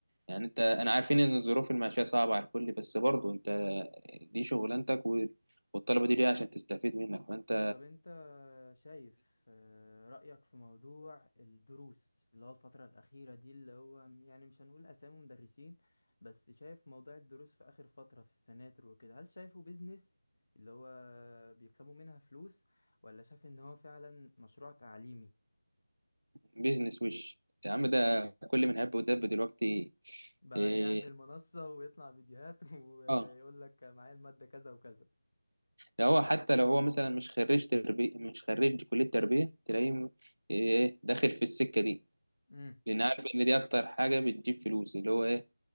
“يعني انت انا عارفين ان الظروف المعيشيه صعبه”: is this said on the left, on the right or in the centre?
Right